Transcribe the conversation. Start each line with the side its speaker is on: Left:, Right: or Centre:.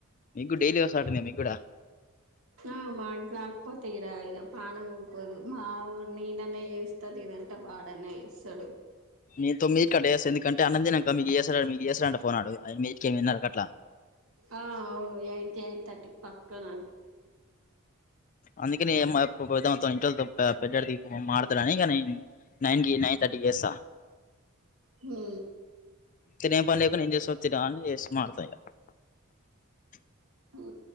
Left: మీకు కూడా డైలీ వస్తంటయ్ మీకు గుడా
Right: ఆ మాక్ రక్పోతే ఈడ ఇగ పానం ఊకోదు. మా అవ్వో నేనన్న చేస్తా లేదంటే వాడన్న చేస్తాడు
Left: మీతో మీరు కట్ చేస్తా ఎందుకంటే అన్నం తిన్నంక మీక్ చేస్తాడట మీక్ చేస్తారట ఫోన్ అడుగు ఎనిమిదింటికి ఎనిమిదిన్నర అట్లా
Right: ఆ అవును ఎయిట్ ఎయిట్ థర్టీకి పక్క నా
Left: అందుకని ఏం ఇంట్లోళ తోని పెద్దడిది మాట్లాడుతడని ఇగ నేన్ నైన్కి నైన్ తర్టీ చేస్తా
Right: హ
Left: తినే పనేకు నింజే వతిరా అ ఏస్ మతా <unintelligible>
Right: హు